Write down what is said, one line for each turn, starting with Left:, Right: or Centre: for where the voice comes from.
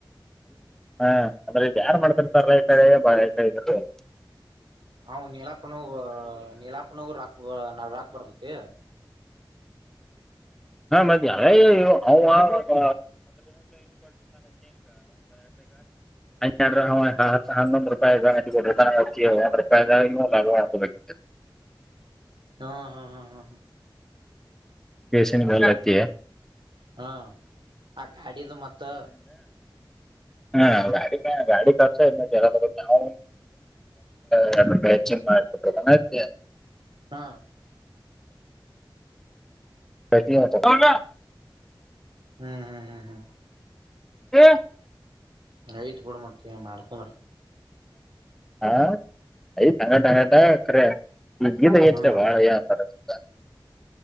Centre: ಹಾ ಅಂದ್ರೆ ಇದ ಯಾರ್ ಮಾಡ್ತೇನ ಅಂತಾರ ಲಾ ಬಾ. <unintelligible>
Right: ಹ ನೀಲಾಪನ ನೀಲಾಪನ ರಾಕ್ನಾ ರಾಕ್ ಬರ್ತತಿ
Centre: <unintelligible> ಈಗ ಆಯ್ತು ಅಂದ್ರೆ ಹನ್ನೊಂದು ರೂಪಾಯಿ ಕೊಟ್ಟಿರತನ <unintelligible>
Right: <inaudible>
Centre: <unintelligible>
Right: ಹಾ ಹಾ ಹಾ ಹಾ ಹಾ
Centre: <unintelligible>
Right: ಹಾ ಆ ಗಾಡಿದ ಮತ್ತ್.
Centre: ಹ ಗಾಡಿ ಮ್ಯಾ ಗಾಡಿ ಖರ್ಚ್ ಇದನ್ ಎಲ್ಲಾ ತಕೊ. ಒಾಯಿ ಎರಡ್ ರೂಪಾಯಿ ಹೆ ಜುಮ್ಮ ಮಾಡಬಿಟ್ರನತೆ <inaudible>
Right: ಹ.
Centre: <inaudible>
Right: ಹ್ಮ್ ಹ್ಮ್ ಹ್ಮ್ ಹ್ಮ್.
Centre: ಏ.
Right: ಹ ಇಟ್ಟ ಬಿಡ ಮತ್ತ ಏನ್ ಮಾಡ್ಕೊಂಡ್ರ.
Centre: ಹಾ ಐತಿ ಹಂಗಟ ಹಂಗಟ ಕರೆ. ಈಗ ಇದ ಆಗೆತ
Right: ಹ್ಮ್
Centre: ಲಾ ಬಾಳ್ ಏನ್ ಅಂತಾರ.